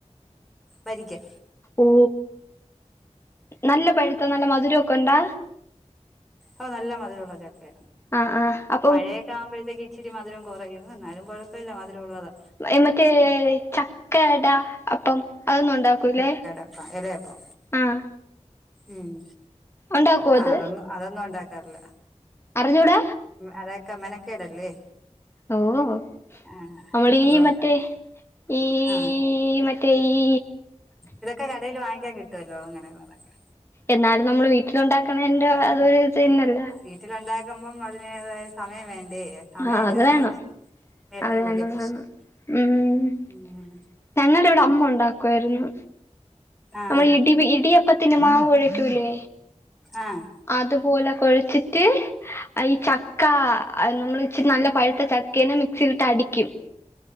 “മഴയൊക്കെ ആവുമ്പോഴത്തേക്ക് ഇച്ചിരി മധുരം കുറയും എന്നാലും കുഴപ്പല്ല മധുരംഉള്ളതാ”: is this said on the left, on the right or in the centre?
Centre